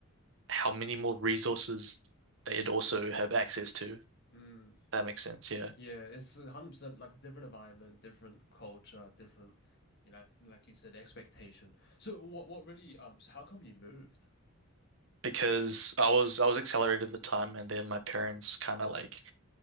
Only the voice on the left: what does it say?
Mm.
Yeah, it's 100% like a different environment, different culture, different, you know, like you said, expectation. So what what really um so how come you moved?